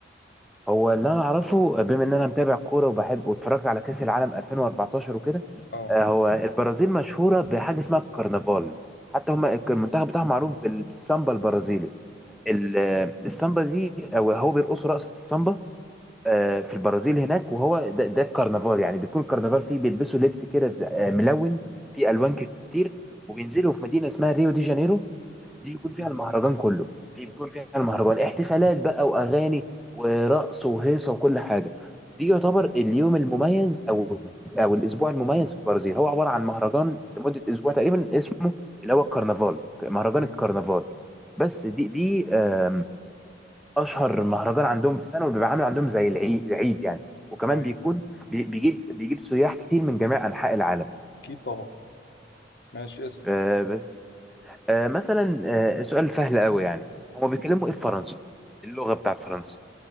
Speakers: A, in the centre; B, on the left.
A: هو اللي انا اعرفه بما ان انا متابع كوره وبحب واتفرجت على كاس العالم 2014 وكده
B: اه
A: آه، هو البرازيل مشهوره بحاجه اسمها الكرنفال حتى هم المنتخب بتاعهم معروف بال- بالسامبا البرازيلي ال- آه، السامبا دي أو هو بيرقصوا رقصه السامبا آه، في البرازيل هناك وهو ده, ده الكرنفال يعني بيكون الكرنفال فيه بيلبسوا لبس كده آه، ملون فيه الوان كتير وبينزلوا في مدينه اسمها ريو دي جانيرو دي بيكون فيها
B: م-
A: المهرجان كله في بيكون فيها المهرجان احتفالات بقى واغاني ورقص وهيصه وكل حاجه دي يعتبر اليوم المميز او او الاسبوع المميز في البرازيل هو عباره عن مهرجان لمده اسبوع تقريبا اسمه اللي هو الكرنفال مهرجان
B: م-
A: الكرنفال بس دي دي آم، اشهر مهرجان عندهم في السنه وبيبقى عامل عندهم زي العيد العيد يعني وكمان
B: ايوه
A: بيكون
B: أيوة.
A: بي- بيجيب بيجيب سياح كتير من جميع انحاء العالم
B: اكيد طبعا ماشي
A: آه، آه مثلا آه سؤال سهل قوي يعني هما بيتكلموا ايه في فرنسا اللغة بتاعت فرنسا